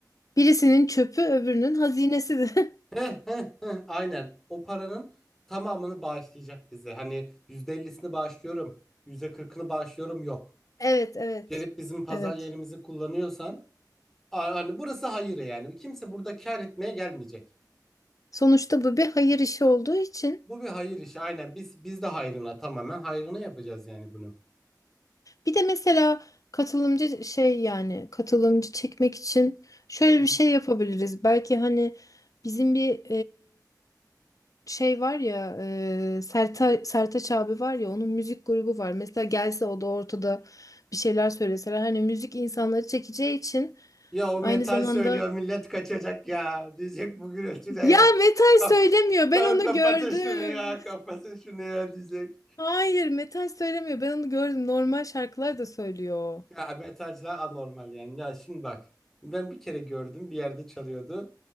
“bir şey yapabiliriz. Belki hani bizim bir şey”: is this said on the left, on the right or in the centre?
Left